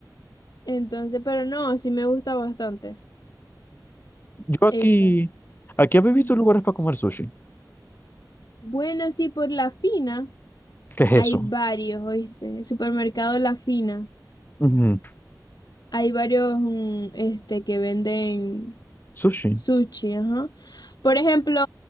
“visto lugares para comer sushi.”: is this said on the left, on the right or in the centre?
Left